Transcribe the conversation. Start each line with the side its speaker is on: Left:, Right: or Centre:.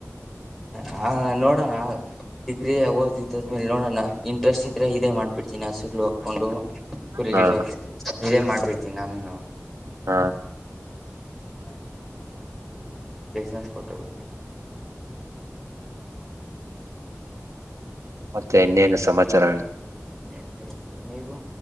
Centre: ಹ ನೋಡೋಣ ಡಿಗ್ರಿ ಓದಿದ್ದದ್ಮೇಲೆ ನೋಡೋಣ ಇ ಇಂಟ್ರೆಸ್ಟ್ ಇದ್ರೆ ಇದೇ ಮಾಡ್ಬಿಡ್ತೀನೀ ಸುಗ ಹಾಕ್ಕೊಂಡು ಕುರಿಗಳು
Right: ಹಾ
Centre: ಇದೇ ಮಾಡ ಬಿಡ್ತೀ ನಾನುನು
Right: ಹಾ
Centre: ಹ ಬಿಸ್ನೆಸ್ ಕೊಟ್ಟ ಬಿಡ್ತೀನಿ
Right: ಮತ್ತೆ ಇನ್ನೇನು ಸಮಾಚಾರಗಳು
Centre: ಎಬೇಕು ನೀವು